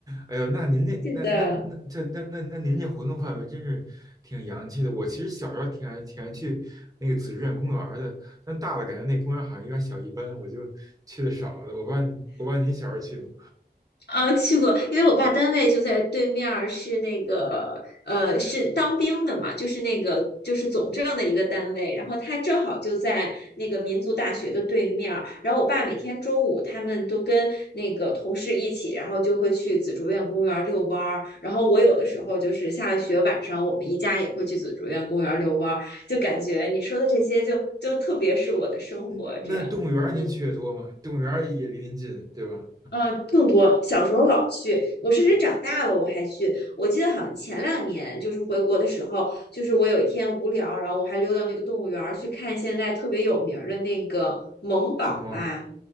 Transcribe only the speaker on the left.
是的。
嗯，去过，因为我爸单位就在对面儿，是那个呃，是当兵的嘛，就是那个就是总政的一个单位，然后他正好就在那个民族大学的对面儿，然后我爸每天中午他们都跟那个同事一起，然后就会去紫竹院公园儿遛弯儿，然后我有的时候就是下了学晚上，我们一家也会去紫竹院公园儿遛弯儿，就感觉你说的这些就就特别是我的生活这样，
嗯。
嗯，更多。小时候老去，我甚至长大了我还去。我记得好像前两年就是回国的时候，就是我有一天无聊，然后我还溜到那个动物园儿去看现在特别有名儿的那个萌宝吧，